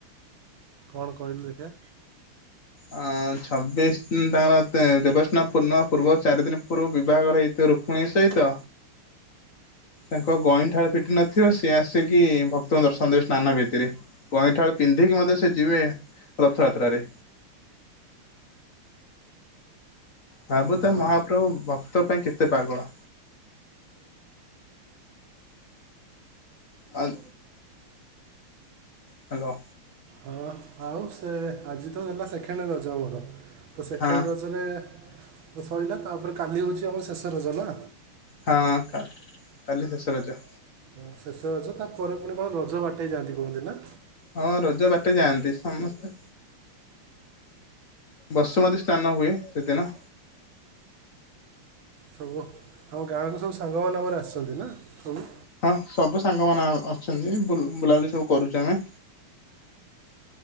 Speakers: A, on the right; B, on the left.
A: କଣ କହିଲୁ ଦେଖିଆ
B: ଅ ଛବିଶ ତାଙ୍କର ତେ ଦେବସ୍ନାନ ପୂର୍ଣ୍ଣିମା ପୂର୍ବ ଚାରି ଦିନ ପୂର୍ବ ବିବାହର ହେଇଥିବ ରୁକ୍ମଣୀ ଙ୍କ ସହିତ ତାଙ୍କ ଗଇଁଠାଳ ଫିଟି ନଥିବ ସିଏ ଆସିକି ଭକ୍ତଙ୍କୁ ଦର୍ଶନ ଦେବେ ସ୍ନାନ ବେଦିରେ ଗଇଁଠାଳ ପିନ୍ଧିକି ମଧ୍ୟ ସେ ଯିବେ ରଥଯାତ୍ରାରେ। ଭାବୁ
A: ଓହୋ
B: ଥା ମହାପ୍ରଭୁ ଭ ଭକ୍ତ ଙ୍କ ପାଇଁ କେତେ ପାଗଳ। ଆଉ ହାଲୋ।
A: ହଁ ଆଉ ସେ ଆଜି ତ ଗଲା ସେକେଣ୍ଡ ରଜ ଆମର। ତ ସେକେଣ୍ଡ
B: ହଁ
A: ରଜରେ ତ ସରିଲା ତାପରେ କାଲି ହଉଛି ଆମର ଶେଷ ରଜ ନା।
B: ହଁ କ କାଲି ଶେଷ ରଜ।
A: ଓ ଶେଷ ରଜ ତାପରେ ପୁଣି କଣ ରଜ ବାଟେଇ ଯାଆନ୍ତି କୁହନ୍ତି ନା?
B: ହଁ ରଜ ବାଟେ ଯାଆନ୍ତି ସମସ୍ତେ ବସୁମତୀ ସ୍ନାନ ହୁଏ ସେଦିନ।
A: ସବୁ ଆମ ଗାଁ କୁ ସବୁ ସାଙ୍ଗ ମାନେ ଆମର ଆସିଛନ୍ତି ନା ସବୁ।
B: ହଁ ସବୁ ସାଙ୍ଗ ମାନେ ଅଛନ୍ତି ବୁଲାବଲି ସବୁ କରୁଛୁ ଆମେ।